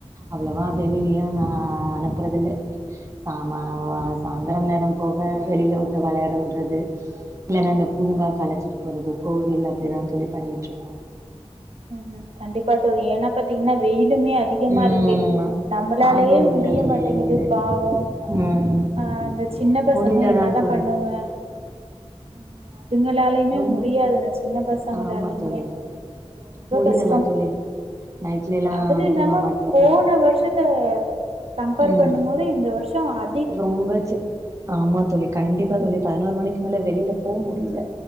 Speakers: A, on the right (about 25°); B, on the right (about 60°).
A: அவ்ளவா வெளிலயு நா அனுப்றதுல்ல சாமா சாந்ரோ நேரோ போக வெளில வுட்டு வெளையாட வுடுறது இல்லனா இந்த பூங்காகு அழச்சிட்டு போறது கோவில் அப்டிதா தோழி பண்ணிட்டுருக்கோ
B: ம் கண்டிப்பா தோழி ஏனா பாத்தீங்கன்னா வெயிலுமே அதிகமாருக்கு
A: ம்
B: நம்பளாலேயே
A: தாங்க முடியல
B: மு டிய
A: தோழி
B: மாட்டேங்குது
A: வெயிலு
B: பாவோ
A: ம்
B: அ அந்த சின்ன பசங்க
A: முடியலதா
B: என்னதா
A: தோழி
B: பண்ணுவே ம் அதுங்களாலயுமே
A: ரொம்ப
B: முடியாது அந்த சின்ன பசங்களாலயுமே
A: ஆமா தோழி
B: ரொம்போ
A: முடியலதா
B: கஷ்டோ
A: தோழி நைட்லல்லா
B: அதுல இல்லாம
A: தூங்க மாட்றாப்ல
B: போன வருஷ த்த கம்பேர்
A: ம்
B: பண்ணும் போதே இந்த வருஷோ அ
A: ரொம்ப ச் ஆமா தோழி கண்டிப்பா தோழி பதினொரு மணிக்கு மேல வெளில போ முடில